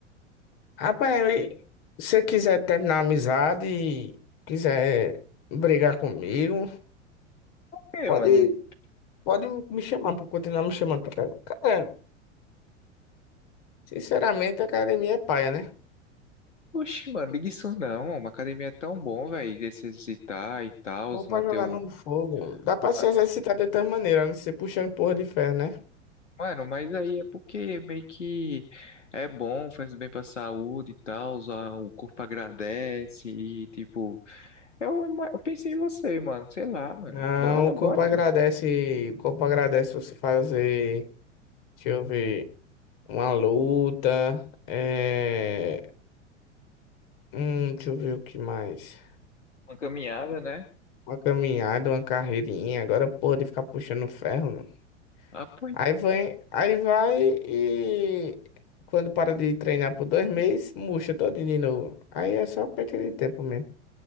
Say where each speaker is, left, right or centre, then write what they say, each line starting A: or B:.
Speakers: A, on the left (about 50°); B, on the left (about 75°).
A: Rapaz, e se você quiser terminar a amizade e quiser brigar comigo,
B: É,
A: pode,
B: mano.
A: pode me chamar, pode continuar me chamando pra cara. Cara, sinceramente, a academia é paia, né?
B: Oxi, mano, liga isso não, Uma academia é tão bom, velho, se exercitar e tal,
A: Bom pra
B: manter
A: jogar
B: o...
A: no fogo. Dá pra se
B: ma-
A: exercitar de outras maneiras, não ser puxando porra de ferro, né?
B: Mano, mas aí é porque meio que é bom, faz bem pra saúde e tal, o corpo agradece e, tipo... Eu, ima- eu pensei em você, mano. Sei lá, mano.
A: Não,
B: Bora,
A: o
B: bora,
A: corpo agradece,
B: mano.
A: o corpo agradece você fazer, deixa eu ver, uma luta, é, hum, deixa eu ver o que mais.
B: Uma caminhada, né?
A: Uma caminhada, uma carreirinha, agora porra de ficar puxando ferro. mano.
B: Ah, pois.
A: Aí vai, aí vai e quando para de treinar por dois meses, murcha todinho de novo. Aí é só perda de tempo mesmo.